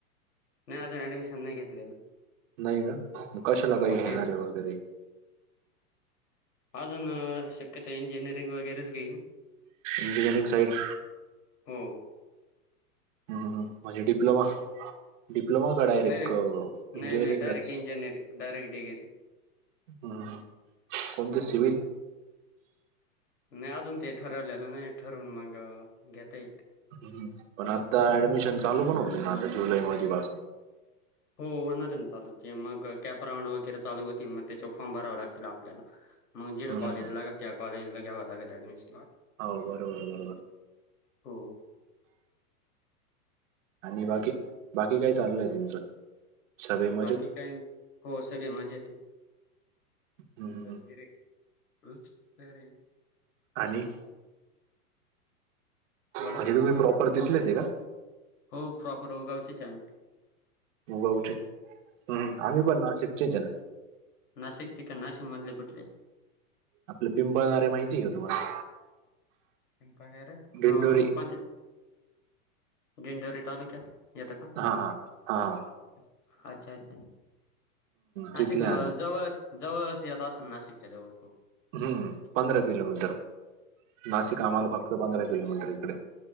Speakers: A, on the left (about 85°); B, on the right (about 55°).
A: नाही अजून ॲडमिशन नाही घेतलेलं
B: नाही का मग कशाला
A: हो
B: काही घेणारे
A: ते
B: वगैरे
A: अजून शक्यत इंजिनिअरिंग वगैरेच घेईन
B: इंजिनियरिंग सईड
A: हो
B: हम्म हम् हम् म्हणजे डिप्लोमा डीिप्लमा काडायर
A: नाही,
B: एक
A: नाही.
B: इंजिनीिरींगच
A: नाही, नाही डायरेक्ट इंजिनिअरिंग, डायरेक्ट डिग्री.
B: हम् कोणते
A: हो.
B: सिभल
A: नाही अजून ते ठरवलेलं नाही ठरवून मग घेता येईल
B: ह् पण आता ऍडमिशन चालू पण होते ना आता जुलै मधपसून
A: हो होणारन चालू ते मग कॅप राऊंड वगैरे चालू होतील मग त्याच्या फॉर्म भरावे लागतील आपल्याला मग जेवं
B: हं, हं,
A: कॉलेज
B: हं.
A: लागल त्याॉलेजला घ्याव लागल ऍडमिशन
B: हो बरोबर बरोबर
A: हो
B: आणि बाकी बाकी काय चाललंय तुमचं सगळे मजेत?
A: बाकी काय हो सगळे मजा येत
B: हं,
A: स
B: हं,
A: र
B: हं.
A: र र
B: आणि
A: बोला
B: म्हणजे तुम्ही प्रॉपर तथलेच आहे का
A: हो प्रॉपर उगाऊच च
B: मुगऊठ हम् आमही पण ना शिकचेज ना
A: नाशिक चिकन नाशिक मधले कुठले
B: आपलं पिंपळणारे माहिती आहे का तुम्हाला
A: ं हा
B: दिंडोरी
A: कोणत्या दिडंडोरी तालुक्यात येतं का?
B: हा हा हा हा
A: अच्छा अच्छा नाशिक
B: तिथले आम्ही
A: जवळ जवळ येत असेल नाशिकच्या जवळ खूप
B: हम्म पंधरा किलोमीटर नाशिक
A: अच्छा
B: आम्हाला
A: अच्छा
B: फक्त पंधरा किलोमीटर इकडे